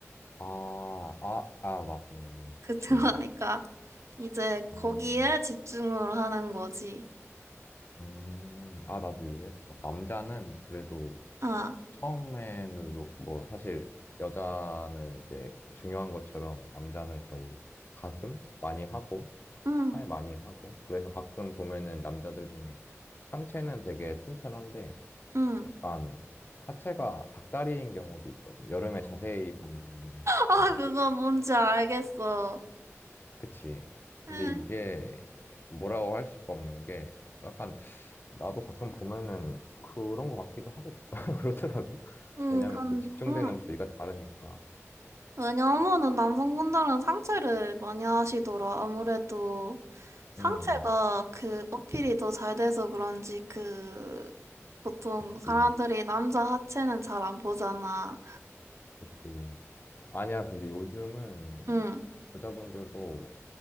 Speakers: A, on the left; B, on the right.
A: 아, 아, 아, 맞네.
B: 그,
A: 그치.
B: <laughs> 들어가니까. 이제 거기에
A: 음,
B: 집중을 하는 거지.
A: 음, 아, 나도 이해했어. 남자는 그래도
B: 아,
A: 처음에는 뭐 뭐 사실 여자는 이제 중요한 것처럼 남자는 거의 가슴 많이 하고
B: 응,
A: 팔 많이 하고 그래서 가끔 보면은 남자들 중에 상체는 되게 튼튼한데
B: 응.
A: 약간 하체가 닭다리인 경우도 있거든. 여름에 자세히 보면은 근데
B: 아, 그거 뭔지 알겠어.
A: 그치.
B: 응,
A: 근데 이게 뭐라고 할 수가 없는 게 약간 나도 가끔 보면은 그런 것 같기도 하고 <laughs> 그러더라고.
B: 응,
A: 왜냐면
B: 건,
A: 또 집중되는
B: 응.
A: 부위가 다르니까.
B: 왜냐하면은 남성분들은 상체를 많이 하시더라. 아무래도 상체가
A: 음,
B: 그 어필이 더 잘 돼서 그런지 그 보통
A: 그치.
B: 사람들이 남자 하체는 잘 안 보잖아.
A: 그치. 아니야, 근데 요즘은
B: 응.
A: 여자분들도